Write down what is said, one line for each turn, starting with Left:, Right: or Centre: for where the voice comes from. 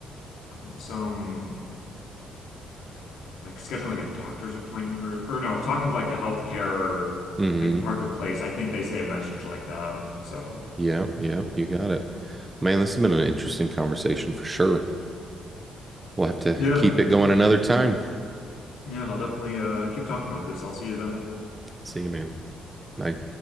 Left: um some like I don't know, like scheduling like a doctor's appointment or or no, talking to like the healthcare
Right: hmm
Left: like marketplace. I think they say a message like that. So,
Right: yeah, yeah, you
Left: yeah.
Right: got it. Man, this has been an interesting conversation for sure. We'll have to
Left: Yeah.
Right: keep it going another time.
Left: Yeah, I'll definitely uh keep talking about this. I'll see you then.
Right: See you, man. Bye.